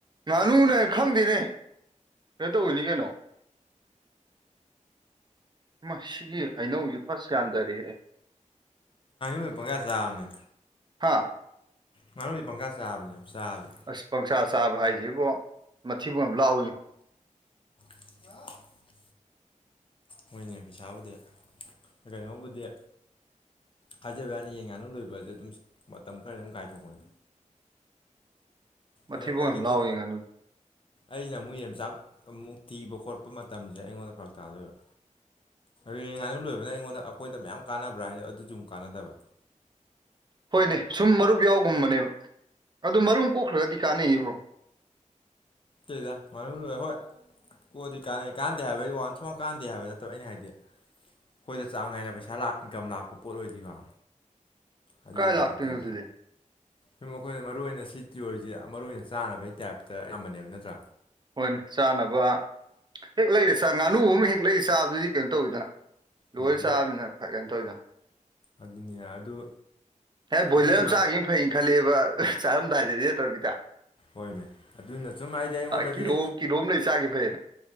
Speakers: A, on the right; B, on the left.
A: ꯉꯥꯅꯨꯅ ꯈꯪꯗꯦꯅꯦ ꯀꯩꯅꯣ ꯇꯧꯕꯅꯤ ꯀꯩꯅꯣ ꯃꯁꯤꯒꯤ ꯍꯩꯅꯧꯖꯤ ꯐꯁ ꯌꯥꯟꯗꯔꯦꯍꯦ
B: ꯄꯪꯆꯥ ꯆꯥꯕꯅꯦ
A: ꯍꯥ
B: ꯉꯥꯅꯨꯗꯤ ꯄꯪꯆꯥ ꯆꯥꯕꯅꯦ ꯆꯥꯕꯖꯦ
A: ꯑꯁ ꯄꯪꯆꯥ ꯆꯥꯕ ꯍꯥꯏꯖꯦ ꯏꯕꯣ ꯃꯊꯤꯕꯣꯡ ꯌꯥꯝ ꯂꯥꯎꯋꯤꯅꯦ
B: <unintelligible> ꯍꯣꯏꯅꯦ ꯄꯩꯁꯥꯕꯨꯗꯤ ꯀꯩꯅꯣꯕꯨꯗꯤ ꯍꯥꯏꯖꯕꯩ ꯋꯥꯅꯤ ꯌꯦꯟ ꯉꯥꯅꯨ ꯂꯣꯏꯕꯖꯦ ꯑꯗꯨꯝ ꯃꯇꯝ ꯈꯔ ꯑꯗꯨꯝ ꯀꯥꯏꯊꯣꯛꯄꯅꯤ
A: ꯃꯊꯤꯕꯣꯡ
B: ꯑꯗ ꯑꯩꯒꯤꯗꯤ
A: ꯌꯥꯝ ꯂꯥꯎꯏ ꯉꯥꯅꯨ
B: ꯑꯩꯅ ꯑꯃꯨꯛ ꯌꯦꯟꯃꯆꯥꯛ ꯑꯃꯨꯛ ꯊꯤꯕ ꯈꯣꯠꯄ ꯃꯇꯝꯖꯦ ꯑꯩꯉꯣꯟꯗ ꯐꯔꯛ ꯇꯥꯗꯣꯏꯕ ꯌꯦꯟ ꯉꯥꯅꯨ ꯂꯣꯏꯕꯅ ꯑꯩꯉꯣꯟꯗ ꯑꯈꯣꯏꯗ ꯃꯌꯥꯝ ꯀꯥꯟꯅꯕ꯭ꯔꯥ ꯍꯥꯏꯖꯨ ꯑꯗꯨꯖꯨ ꯑꯃꯨꯛ ꯀꯥꯟꯅꯗꯕ
A: ꯍꯣꯏꯅꯦ ꯁꯨꯝ ꯃꯔꯨꯞ ꯌꯥꯎꯒꯨꯝꯕꯅꯦꯕ ꯑꯗꯨ ꯃꯔꯨꯝ ꯀꯣꯛꯈ꯭ꯔꯒꯗꯤ ꯀꯥꯟꯅꯩꯌꯦ ꯕ꯭ꯔꯣ
B: ꯇꯦꯗ ꯉꯥꯅꯨ ꯂꯣꯏ ꯍꯣꯏ ꯀꯣꯛꯑꯗꯤ ꯀꯥꯟꯅꯩ ꯀꯥꯟꯅꯗꯦ ꯍꯥꯏꯕꯩ ꯋꯥꯟ ꯁꯨ ꯀꯥꯟ ꯀꯥꯟꯅꯗꯦ ꯍꯥꯏꯕ ꯅꯠꯇꯕ ꯑꯩꯅ ꯍꯥꯏꯗꯤ ꯑꯩꯈꯣꯏꯗ ꯆꯥꯡ ꯅꯥꯏꯅ ꯄꯩꯁꯥ ꯂꯥꯛ ꯏꯟꯀꯝ ꯂꯥꯛꯄ ꯄꯣꯠ ꯑꯣꯏꯗꯤꯀꯣ ꯑꯗꯨꯗꯨꯃꯛ
A: ꯀꯥꯏ ꯂꯥꯛꯇꯣꯏꯅꯣ
B: ꯅꯠꯇꯝꯅꯤ
A: ꯑꯗꯨꯗꯤ
B: ꯁꯨꯝ ꯑꯩꯈꯣꯏꯅ ꯃꯔꯨꯑꯣꯏ ꯑꯣꯏꯅ ꯁꯤ ꯇꯤꯑꯣꯔꯁꯤ ꯌꯥꯝ ꯃꯔꯨ ꯑꯣꯏꯅ ꯆꯥꯅꯕꯒꯤ ꯇꯥꯏꯞꯇ ꯑꯌꯥꯝꯕꯅꯦꯕ ꯅꯠꯇ꯭ꯔꯥ
A: ꯍꯣꯏꯅꯦ ꯆꯥꯅꯕ ꯍꯦꯛ ꯂꯩꯔ ꯆꯥ ꯉꯥꯅꯨ ꯑꯃ ꯍꯦꯛ ꯂꯩꯔ ꯆꯥꯕꯗꯨꯗꯤ ꯀꯩꯅꯣ ꯇꯧꯋꯤꯗꯅ ꯂꯣꯏꯔ
B: ꯎꯝ
A: ꯆꯥꯕꯅꯤꯅ ꯐꯩ ꯀꯩꯅ ꯇꯧꯋꯤꯗꯅ
B: ꯑꯗꯨꯅꯤꯅ ꯑꯗꯨ
A: ꯍꯦꯛ ꯕꯣꯏꯂꯔ
B: ꯑꯗꯨꯒꯤ
A: ꯑꯃ ꯆꯥꯒꯤꯕꯅ ꯐꯩꯅ ꯈꯜꯂꯦꯕ ꯆꯥꯔꯝꯗꯥꯏꯗꯗꯤ ꯅꯠꯇ꯭ꯔ ꯕꯤꯇꯥ
B: ꯍꯣꯏꯅꯦ ꯑꯗꯨꯅ ꯁꯨꯝ ꯑꯩꯗꯤ ꯑꯩꯉꯣꯟꯗꯗꯤ
A: ꯀꯤꯂꯣ ꯀꯤꯂꯣ ꯑꯝ ꯂꯩ ꯆꯥꯒꯤꯝ ꯐꯩꯌꯦꯅ